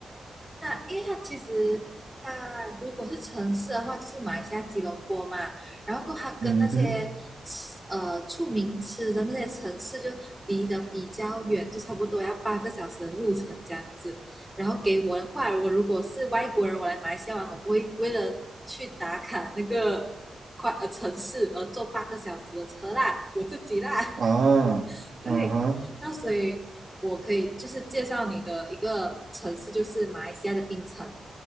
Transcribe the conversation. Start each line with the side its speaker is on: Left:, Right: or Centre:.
Centre: 那因为它其实它如果是城市的话，就是马来西亚吉隆坡嘛，然后过后它跟那些吃呃出名吃的那些城市就离得比较远，
Right: 嗯哼，
Centre: 就差不多要八个小时的路程这样子。然后给我的话，我如果是外国人，我来马来西亚玩，我不会为了去打卡那个快呃城市而坐八个小时的车啦，我自己啦，
Right: 啊，
Centre: <laughs> 对，
Right: 嗯哼，
Centre: 那所以。我可以就是介绍你的一个城市，就是马来西亚的槟城。